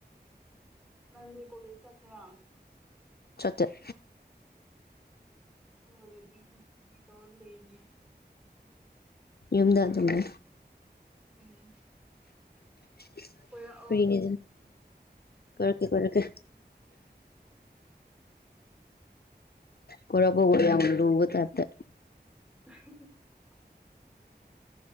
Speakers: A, in the centre; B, on the left.
A: ꯅꯅꯤ ꯀꯣꯂꯖ ꯆ
B: ꯆꯣ ꯆꯠ
A: ꯗꯣ ꯍꯖ ꯇ ꯐꯔꯤꯗꯧꯔ ꯂꯩꯅꯤ
B: ꯌꯨꯝꯗ ꯑꯗꯨꯝꯂꯦ
A: ꯎꯝ
B: <inaudible>
A: ꯀꯣꯏꯔꯛꯑꯣ
B: ꯐꯔꯤꯅꯦ ꯀꯗ ꯀꯔꯀꯦꯔꯀꯦ ꯀꯔꯄ ꯑꯣꯏꯕ ꯇꯔꯠꯇ
A: <inaudible>